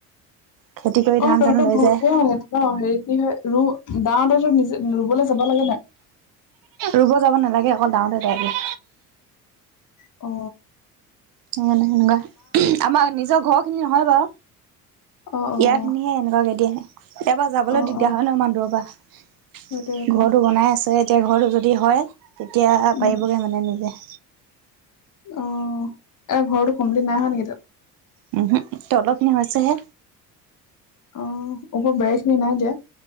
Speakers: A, on the right; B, on the left.
A: খেতি কৰি
B: অঁ
A: ধান
B: তহত
A: চান লৈ
B: ভগিয়াল।
A: যায়
B: ন হেৰি কি হয় ৰু দাওঁতে যে নিজে ৰুবলৈ যাব লাগে নাই।
A: ৰুব যাব নালাগে, অকল ডাওঁতে ডাইদিয়ে।
B: অ
A: সে সেনেকুৱা আমাৰ নিজৰ ঘৰ - খিনি নহয় বাউ
B: অ' অ'
A: ইয়া খিনি এনেকোৱাকে দিয়ে। ইয়াৰ পৰা যাবলৈ
B: অ'
A: দিগদাৰ
B: অ'
A: হয় ন ইমান দুৰ পৰা, ঘৰতটো
B: সেইটোৱে সেইটোৱে
A: বনাই আছে। তেতিয়া ঘৰটো যদি হয় তেতিয়া
B: উম
A: পাৰিবগে মানে নিজে।
B: অঁহ, তাৰ ঘৰতো কমপ্লিট নাই হোৱা নেকি হেইটো।
A: উমহো, তলতখিনি হৈছে হে।
B: অঁহ, ওপৰ বেৰ খিনি নাই দিয়া।